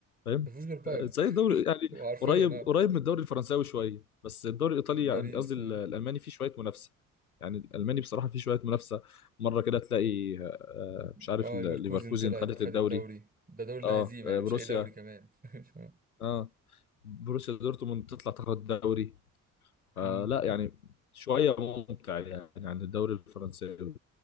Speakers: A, on the left; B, on the right.
A: فاهم
B: ما فيهوش غير بايرن
A: آه، زي الدوري
B: <laughs>
A: يعني
B: هو حرفيا
A: قريب
B: آه.
A: قريب من الدوري الفرنساوي شويه بس الدوري الايطالي يعني
B: باريس
A: قصدي ال-
B: اه
A: الالماني فيه شويه منافسه يعني الالماني بصراحه فيه شويه منافسه مره كده تلاقي آه، مش عارف
B: اه
A: ال-
B: ليفركوزن
A: ليفركوزن
B: طلعت
A: خدت
B: خد
A: الدوري
B: الدوري ده دوري لا
A: اه
B: هزيمة
A: آه،
B: يعني
A: بروسيا
B: مش أي دوري كمان <laughs>
A: اه بروسيا دورتموند تطلع تاخد الدوري فلا
B: أمم.
A: يعني شويه ممتع يعني عن الدوري الفرنساوي